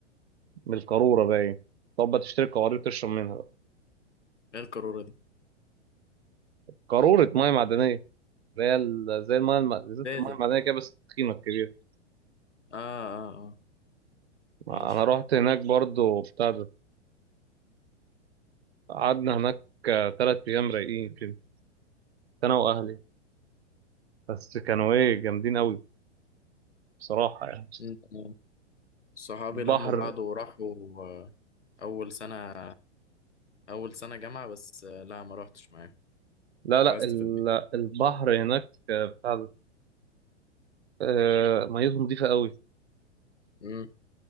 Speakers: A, on the right; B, on the left.
A: من القاروره باين طب بتشتري قوارير تشرب منها بقى.
B: ايه القاروره دي
A: قارورة مية معدنية اللي هي ال- زي المايه الم... زي
B: ده
A: المايه
B: ده
A: المعدنيه كده بس تخينه كبيره
B: اه اه اه
A: انا
B: ماشي
A: رحت هناك برضو بتاع ده قعدنا هناك آه، تلات ايام رايقين كده انا واهلي بس كانوا ايه جامدين قوي بصراحه يعني
B: مم. صحابي
A: البحر
B: لموا بعض وراحوا آه، اول سنه اول سنه جامعه بس آه، لا ما روحتش معاهم
A: لا لا
B: اتحبست
A: ال-
B: في
A: البحر هناك آه، بتاع ده آه، ميته نظيفه قوي
B: البيت